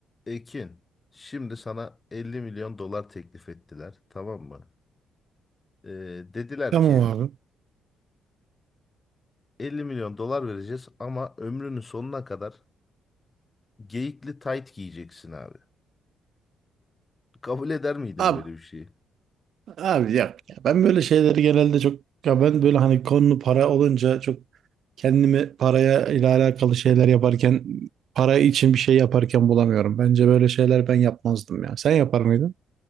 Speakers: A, on the left; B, on the right.
A: Ekin, şimdi sana 50 milyon dolar teklif ettiler, tamam mı? Ee, dediler
B: Tamam
A: ki
B: abi.
A: 50 milyon dolar vereceğiz ama ömrünün sonuna kadar geyikli tayt giyeceksin abi. Kabul eder miydin
B: Abi,
A: böyle bir şeyi?
B: abi yok ya. Ben böyle şeyleri genelde çok ya ben böyle hani konu para olunca çok kendimi paraya ile alakalı şeyler yaparken para için bir şey yaparken bulamıyorum. Bence böyle şeyler ben yapmazdım ya. Sen yapar mıydın?